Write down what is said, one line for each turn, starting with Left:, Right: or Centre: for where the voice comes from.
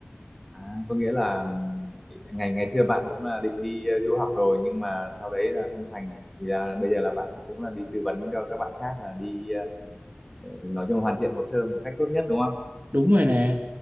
Centre: à có nghĩa là ừm, ngày ngày xưa bạn cũng là định đi ờ, du học rồi nhưng mà sau đấy là không thành thì là bây giờ là bạn cũng là đi tư vấn cho các bạn khác là đi ờ, nói chung là hoàn thiện hồ sơ một cách tốt nhất đúng không
Right: đúng rồi nè